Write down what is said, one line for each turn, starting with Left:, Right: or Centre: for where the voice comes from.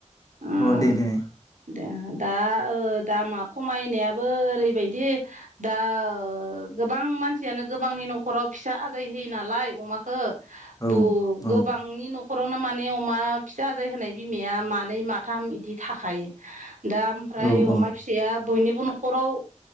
Right: उम
Left: अ दे देनाय
Right: दा ओ दामा खमायनायाबो ओरैबायदि दा ओ गोबां मानसियानो गोबांनि न'खराव फिसा आजाय होयो नालाय अमाखो
Left: औ
Right: बु गोबांनि
Left: औ
Right: न खरावनो माने अमा फिसा आजाय होनाय बिमाया मानै माथाम इदि थाखायो। दा ओमफ्राय
Left: औ
Right: अमा
Left: औ
Right: फिसाया बयनिबो न'खराव